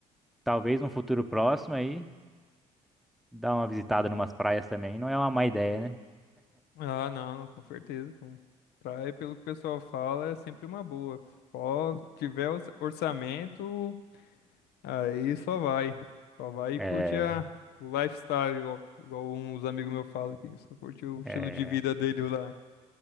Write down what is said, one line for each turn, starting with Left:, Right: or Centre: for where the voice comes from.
Centre: Talvez num futuro próximo aí, dar uma visitada numas praias também, não é uma má ideia, né?
Left: Ah, não, com certeza, pô. Praia, pelo que o pessoal fala, é sempre uma boa. Só tiver orça- orçamento, Aí só vai. Só vai e
Centre: É,
Left: curte a, o lifestyle, igual, igual uns amigos meus falam aqui. Só curte o estilo
Centre: é,
Left: de vida dele lá.